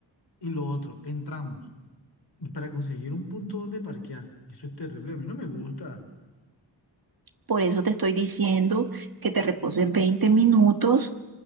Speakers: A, on the left (about 65°); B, on the right (about 50°).
A: Y lo otro, entramos. Y para conseguir un punto donde parquear, eso es terrible, a mí no me gusta.
B: Por eso te estoy diciendo que te reposes 20 minutos